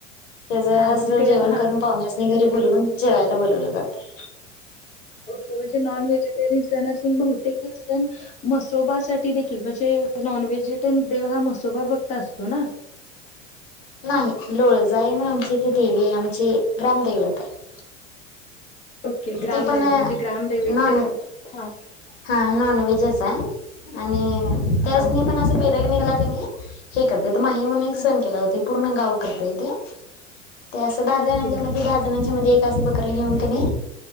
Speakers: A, on the left; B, on the left.
A: त्याचं
B: हा म्हणजे
A: असं
B: ते
A: जेवण
B: हा
A: करून पावण्यास घरी बोलवून जेवायला बोलवलं जातं.
B: ओके म्हणजे नॉन व्हेजिटेरियन सण असून, बहुतेक हा सण म्हसोबासाठी देखील म्हणजे नॉन व्हेजिटेयन देव हा म्हसोबा फक्त असतो ना.
A: नाही लोळजाई म्हणूनची ती देवीये आमची ग्रामदैवत. आहे
B: ओके ग्रामदैवत
A: ती पण
B: म्हणजे ग्रामदैवताची
A: नॉन
B: हा
A: हा नॉनव्हेजच आहे, आणि त्यासनी
B: हां,
A: पण असं मिरग निघला का नाही हे करतंय तर माही म्हणून एक
B: हां.
A: सण केला जातोय, पूर्ण गाव करतंय ते. ते असं दहा
B: ओके.
A: जणांच्या मध्ये, दहा जणांच्या मध्ये एक असं बकरं घेऊन का नही